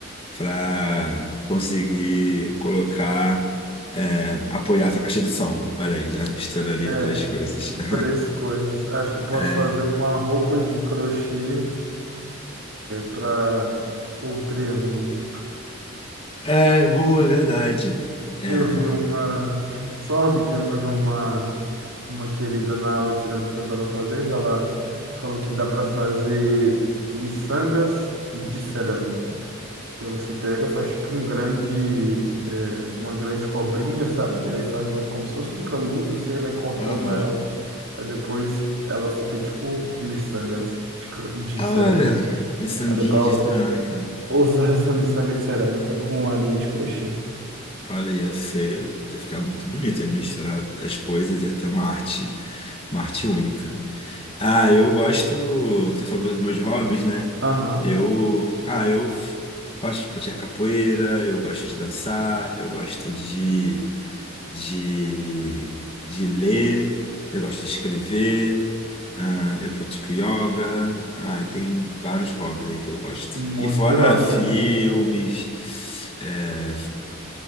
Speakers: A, on the left (about 25°); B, on the right (about 65°).
A: para conseguir colocar, é, apoiar sua caixa de som. Olha aí, já misturaria
B: É,
A: três coisas. <laughs>
B: três coisas. Acho que posso
A: É,
B: fazer uma roupa de crochê para o triângulo.
A: é boa, é verdade. É,
B: Eu vi uma. <laughs> Só rapidinho, eu vi uma, uma querida na aula de cerâmica que eu estava fazendo. Ela falou que dá para fazer miçangas de cerâmica. Que aí você pega, faz tipo um grande. é, uma grande cobrinha, sabe? E aí faz um, como se fosse um canudo, você vai cortando
A: aham.
B: ela. Aí depois ela fica tipo miçangas de, cro- de
A: Ah,
B: cerâmica.
A: Olha, miçanguinha
B: Aí depois
A: de cerâmica.
B: usar <laughs> essa miçanga de cerâmica com a linha de crochê.
A: Olha, ia ser, ia ficar muito bonito, ia misturar as coisas, ia ter uma arte, uma arte única. Ah, eu gosto, você falou dos meus hobbies, né?
B: Aham.
A: Eu, ah, eu f- gosto de praticar capoeira, eu gosto de dançar, eu gosto de, de, de ler, eu gosto de escrever, ah, eu pratico yoga, ah, e tem vários hobbies aí que eu gosto.
B: Um monte
A: E fora
B: de hobby
A: filmes,
B: mesmo.
A: eh,